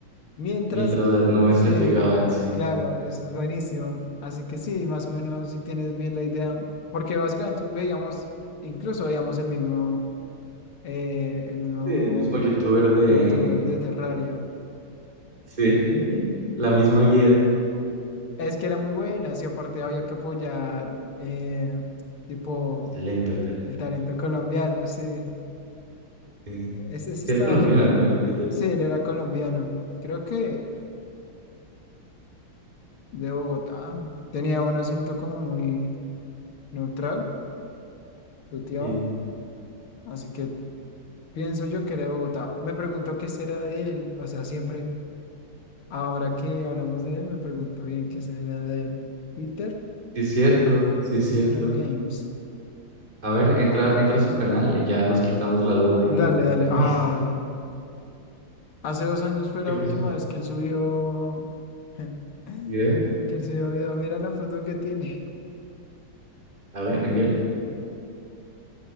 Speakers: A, on the left; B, on the right.
A: Mientras,
B: mientras
A: eh,
B: las nubes
A: sí,
B: le pegaban, sí.
A: claro, eso es buenísimo. Así que sí, más o menos si tienes bien la idea, porque básicamente veíamos, incluso veíamos el mismo, eh, el mismo
B: Sí, el mismo youtuber de...
A: youtuber de Terraria.
B: Sí, <laughs> la misma guía.
A: Es que era muy buena, y aparte había que apoyar, eh, tipo,
B: El talento, el talento.
A: el talento colombiano, sí.
B: Sí. Sí
A: Ese, ese
B: Era
A: estaba
B: colombiana,
A: genial.
B: ¿no? El Peter.
A: Sí, él era colombiano. Creo que de Bogotá. Tenía un acento como muy neutral, tuteado.
B: Sí.
A: Así que pienso yo que era de Bogotá. Me pregunto qué será de él. O sea, siempre, ahora que hablamos de él, me pregunto bien qué será de él. Peter,
B: Sí es cierto, sí es
A: Peter
B: cierto.
A: and Games.
B: A ver, entra, entra a su canal y ya nos quitamos la duda de...
A: Dale, dale.
B: <laughs>
A: Ay, hace dos años fue
B: ¿Qué
A: la
B: pasó?
A: última vez que él subió. <laughs>
B: ¿Video?
A: Que él subió video. Mira la foto que tiene.
B: A ver, envíala.